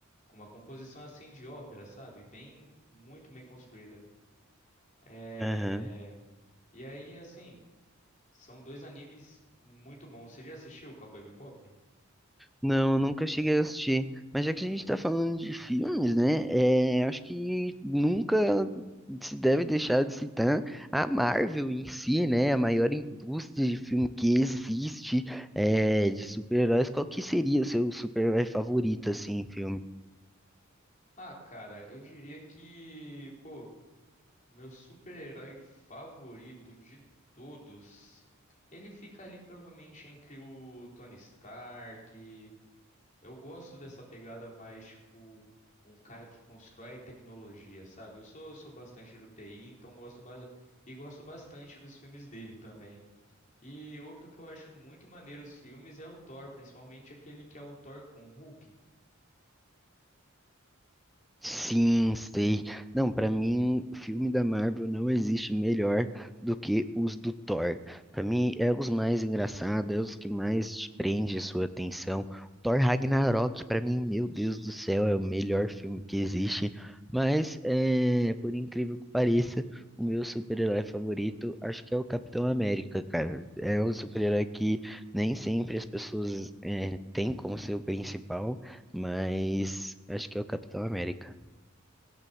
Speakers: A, on the left (about 35°); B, in the centre.
A: com uma composição assim de ópera, sabe? Bem, muito bem construída. É,
B: Aham.
A: E aí, assim, são dois animes muito bons. Você já assistiu o Cowboy Bebop?
B: Não, eu nunca cheguei a assistir. Mas já que a gente tá falando de filmes, né? É, acho que nunca se deve deixar de citar a Marvel em si, né? A maior indústria de filme que existe, é, de super-heróis. Qual que seria o seu super-herói favorito, assim, em filme?
A: Ah, cara, eu diria que, pô, meu super-herói favorito de todos, ele fica ali provavelmente entre o Tony Stark. Eu gosto dessa pegada mais, tipo, um cara que constrói tecnologia, sabe? Eu sou, eu sou bastante do TI, então gosto bastante, e gosto bastante dos filmes dele também. E outro que eu acho muito maneiro os filmes é o Thor, principalmente aquele que é o Thor com o Hulk.
B: Sim, sei. Não, pra mim, filme da Marvel não existe melhor do que os do Thor. Pra mim, é os mais engraçados, é os que mais te prende a sua atenção. Thor Ragnarok, pra mim, meu Deus do céu, é o melhor filme que existe. Mas, é, por incrível que pareça, o meu super-herói favorito, acho que é o Capitão América, cara. É o super-herói que nem sempre as pessoas, é, têm como seu principal, mas acho que é o Capitão América.